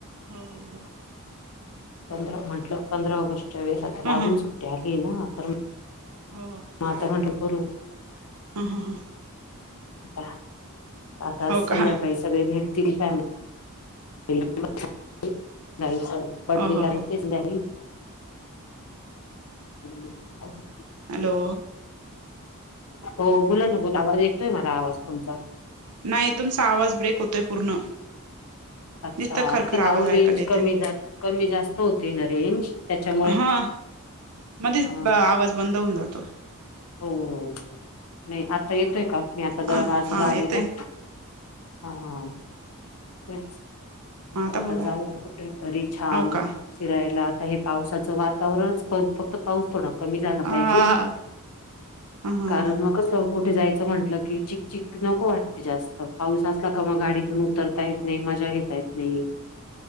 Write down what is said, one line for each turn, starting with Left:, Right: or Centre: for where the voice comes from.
Right: हो हो हो
Left: पंधरा म्हटलं पंधरा ऑगस्टच्या वेळेस, आता लागून
Right: हां हां
Left: सुट्टी आली ना, तर
Right: हो.
Left: आता म्हटलं करू.
Right: हां हां हां.
Left: आ <inaudible> आता
Right: हो
Left: संध्याकाळी
Right: का हो
Left: सगळे भेटतील फॅमिली <unintelligible> जायचं.
Right: हो
Left: बड्डे
Right: हो
Left: ला जायचंय
Right: हो
Left: द्य संध्याकाळी. <inaudible>
Right: हॅलो.
Left: हो. बोला ना बोला. आवाज येतोय मला आवाज तुमचा.
Right: नाही तुमचा आवाज ब्रेक होतोय पूर्ण.
Left: अच्छा!
Right: नुसतं खरखर
Left: ते अहो
Right: आवाज ऐकायला
Left: रेंज
Right: येतोय
Left: कमी जा कमी जास्त होती ना रेंज त्याच्यामुळे
Right: हा. मध्येच
Left: हा
Right: आवाज बंद होऊन जातो.
Left: हो हो. नाही आता येतोय का? मी आता
Right: हा
Left: जरा बाजूला
Right: हा
Left: आली
Right: येतोय
Left: ना. हा. तेच
Right: हा
Left: आता
Right: बोला
Left: जाऊ कुठे तरी छान.
Right: हो का
Left: फिरायला. आता हे पावसाचं वातावरणच फक्त, पाऊस थोडा कमी झाला
Right: हा
Left: पाहिजे.
Right: ह
Left: कारण मग कस कुठे जायचं म्हटलं, की चिक, चिक नको वाटते जास्त. पाऊस असला मग गाडीतून उतरता येत नाही, मजा घेता येत नाही.